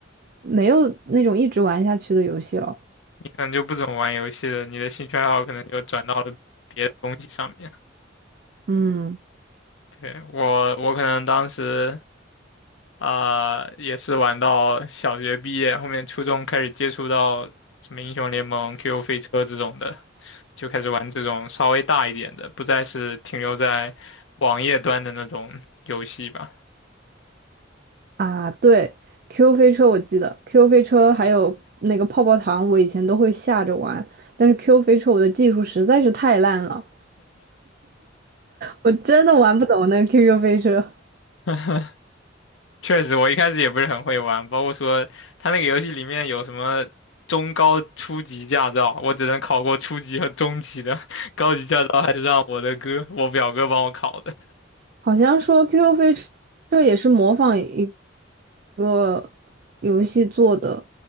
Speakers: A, on the right; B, on the left.
A: 没有那种一直玩下去的游戏了。
B: 你可能就不怎么玩游戏了，你的兴趣爱好可能就转到了别的东西上面。
A: 嗯
B: 对，我，我可能当时。啊、也是玩到小学毕业，后面初中开始接触到什么英雄联盟、QQ 飞车这种的，就开始玩这种稍微大一点的，不再是停留在网页端的那种游戏吧。
A: 啊，对，Q q 飞车我记得，Q q 飞车还有那个泡泡糖，我以前都会下着玩，但是 Q 飞车我的技术实在是太烂了，我真的玩不懂那个 QQ 飞车。
B: <laughs> 确实，我一开始也不是很会玩，包括说他那个游戏里面有什么中高初级驾照，我只能考过初级和中级的，<laughs> 高级驾照还是让我的哥，我表哥帮我考的。
A: 好像说 QQ 飞车也是模仿一个游戏做的，